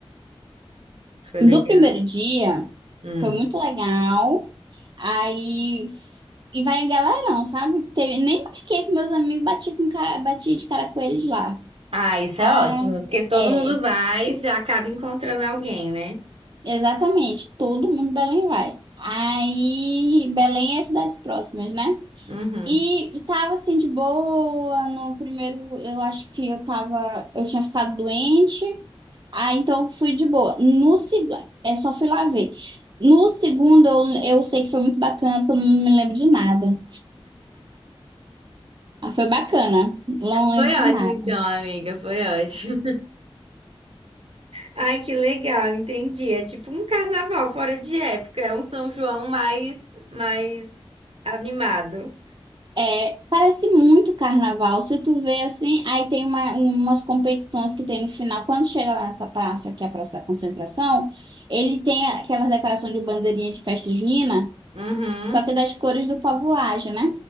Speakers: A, on the right; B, on the right.
A: Foi
B: Do
A: legal.
B: primeiro dia,
A: Hum.
B: foi muito legal. Aí, f- e vai galerão, sabe? Teve, nem marquei com meus amigos, bati, com, ca- bati de cara com eles lá.
A: Ah, isso
B: Ai,
A: é ótimo, porque todo
B: é,
A: mundo vai e já acaba encontrando alguém, né?
B: exatamente. Todo mundo de Belém vai. Aí, Belém é cidades próximas, né?
A: Uhum.
B: E, e tava assim de boa no primeiro. Eu acho que eu tava. Eu tinha ficado doente. Ah, então fui de boa. No segundo, é só fui lá ver. No segundo, eu, eu sei que foi muito bacana, porque eu não me lembro de nada. Ah, foi bacana, não lembro
A: Foi
B: de
A: ótimo,
B: nada.
A: então, amiga. Foi ótimo. Ai, que legal, entendi. É tipo um carnaval fora de época, é um São João mais mais animado.
B: É, parece muito carnaval. Se tu vê assim, aí tem uma, umas competições que tem no final. Quando chega lá nessa praça, que é a Praça da Concentração, ele tem aquela decoração de bandeirinha de festa junina,
A: Uhum.
B: só que das cores do povo Laje, né?